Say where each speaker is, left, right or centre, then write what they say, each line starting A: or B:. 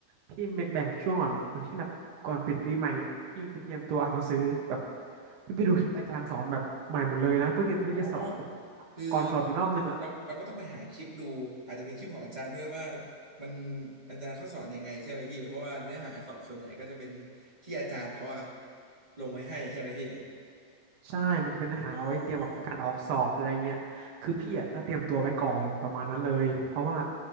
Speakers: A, on the right; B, on the right.
A: พี่แบ่งช่วงก่อนอย่างเช่นแบบก่อนปิดปีใหม่อ่ะพี่ไปเตรียมตัวอ่านหนังสือแบบพี่ไปดูคลิปอาจารย์สอนแบบใหม่หมดเลยนะเพื่อเตรียมเพื่อจะสอบแบบ
B: อ๋อคือ
A: ก่อนสอบอีกรอบนึงอ่ะ
B: เราเราก็ต้องไปหาคลิปดูอาจจะเป็นคลิปของอาจารย์ด้วยว่ามันอาจารย์เขาสอนยังไงใช่ไหมพี่เพราะว่าเนื้อหาสอบส่วนใหญ่ก็จะเป็นที่อาจารย์เขาอะลงไว้ให้ใช่ไหมพี่
A: ใช่มันจะเป็นเนื้อหาเอาไว้เตรียมแบบการออกสอบอะไรเงี้ยคือพี่อ่ะก็เตรียมตัวไว้ก่อนประมาณนั้นเลยเพราะว่า
B: อ๋อ